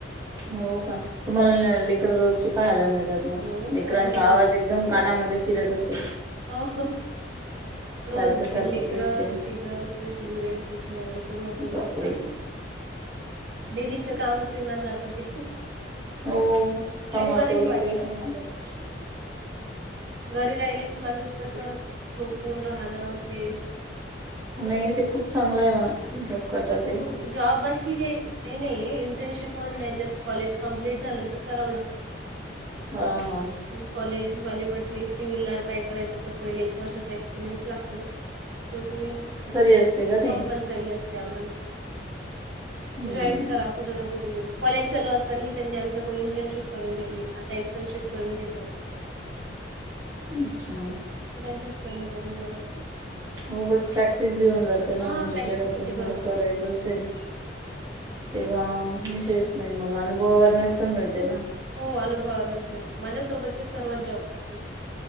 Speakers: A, on the right; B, on the right.
A: हो का तुम्हाला लेकर रोजची पाहायला मिळतात मग
B: रोज
A: लेकरांचा
B: पाहायला मिळतात
A: आवाज एक एकदम कानामध्ये फिरत असेल?
B: हो रोज
A: सारखं
B: ते
A: सारखं
B: लेकरं
A: तेच ते
B: <unintelligible> दररोज ते सिझेरिंग सेंक्शन वगैरे पूर्ण
A: बापरे
B: पूर्णच पाहायला <unintelligible> डेलीचं कामचय माझं ते
A: हो त्यामुळे
B: आणि बरंही
A: तेवढं
B: वाटतं
A: काही नाही वाटत
B: घरी राहिले की माणूस कस झोपून राहणं ते
A: नाही ते खूप चांगलय म्हणा जॉब करता
B: पण
A: ते
B: जॉब अशी काही नाहीय इंटर्नशिप मण नाही जस्ट कॉलेज कम्प्लीट झालं तर करावं लागत. <inaudible>
A: ह हा
B: कॉलेजवाली म्हटले सिव्हिल ला ट्राय करायच तर पहिले एक वर्षाचा एक्सपिरियन्स लागतो. सो तुम्ही
A: असे असते का
B: कंपल्सरी
A: ते?
B: असते आम्हाला
A: हम्म
B: जाॅईन करा कुठं ना कुठ जरी कॉलेज चालू असताना त्यांनी आमच्याकडून इंटर्नशिप करून घेतली आता एटर्नशिप करून घेतायत
A: अच्छा!
B: त्यांच्याच कडंन करून घ्यावं लागतं.
A: हो बट प्रॅक्टिस बी होऊन जाते ना
B: हा
A: म्हणजे
B: प्रॅक्टिस
A: जेव्हा
B: होते
A: तुम्हाला
B: भरपूर
A: करायचं असेल तेव्हा विषयच नाही मग अनुभवावरणंच मिळते ना
B: हो अनुभवा वरनचं मिळते माझ्यासोबतचे सर्वच जॉब करतात